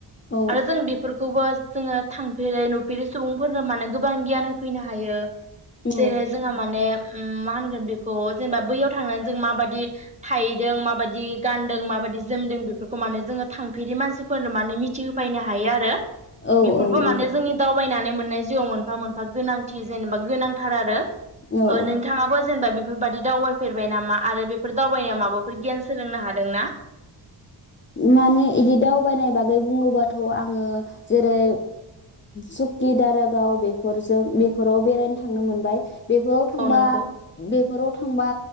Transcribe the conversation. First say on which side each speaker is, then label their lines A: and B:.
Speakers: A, on the left; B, on the right.
A: औ
B: आरो जों बेफोरखौबो जोङो थांफेरै नुफेरै सुबुंफोरनो माने गोबां गियान होफैनो हायो
A: औ
B: जेरैहाय जोंहा माने उम मा होनगोन बेखौ जेनेबा बैयाव थांनानै जों माबायदि थाहैदों माबायदि गानदों माबायदि जोमदों बेफोरखौ माने जोङो थांफेरि मानसिफोरनो माने मिथिहोफायनो हायो आरो
A: औ
B: बेफोरबो
A: औ नंगौ
B: माने जोंनि दावबायनानै मोननाय जिउआव मोनफा-मोनफा गोनांथि जेनेबा गोनांथार आरो
A: औ औ
B: नोंथाङाबो जेनेबा बे बेफोरबायदि दावबायफेरबाय नामा आरो बे फोर दावबायनायाव माबाफोर गियान सोलोंनो हादोंना
A: माने इदि दावबायनाय बागै बुङोबाथ आङो जेरै सुकि दारागाव बेफोरजों बेफोराव बेरायनो थांनो मोनबाय बेफोराव थांबा
B: औ नंगौ
A: बेफोराव थांबा